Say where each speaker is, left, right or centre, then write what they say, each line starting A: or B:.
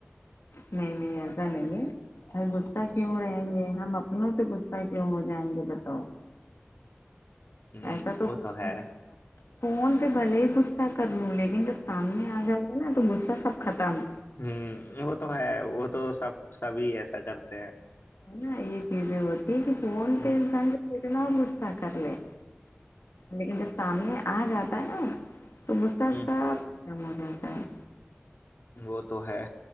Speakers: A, on the left (about 75°); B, on the left (about 55°).
A: نہیں نہیں ایسا نہیں ہے غصہ کیوں رہیں گے ہم اپنوں سے غصہ کیوں ہو جائیں گے بتاؤ
B: <inaudible>
A: ایسا
B: وہ
A: تو ہو ہی
B: ہے
A: نہیں سکتا فون پ بل ہی کچھ کر لوں لیکن جب سامنے آ جاؤ گا نا تو غصہ سب ختم
B: ہوں وہ تو ہے وہ تو سب سبھی ایسا کرتے ہیں
A: نا یہ چیزیں ہوتی کہ فون
B: ہ
A: اتنا گسصہ کر لے لیکن جب سامنے آ جاتا ہے نا تو گھتاتاب
B: ہ
A: ختم ہو جاتا ہے
B: وہ تو ہے